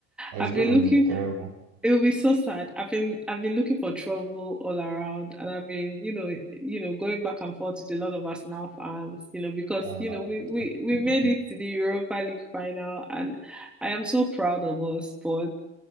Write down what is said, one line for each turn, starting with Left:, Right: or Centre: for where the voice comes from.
Right: Oh,
Centre: I've
Right: It's gonna
Centre: been looking
Right: be terrible.
Centre: it will be so sad. I've been I've been looking for trouble all around, and I've been you know you know going back and forth with a lot of Arsenal fans, you know, because
Right: Uh,
Centre: you know we we we
Right: <laughs>
Centre: made it to the Europa League final, and I am so proud of us. But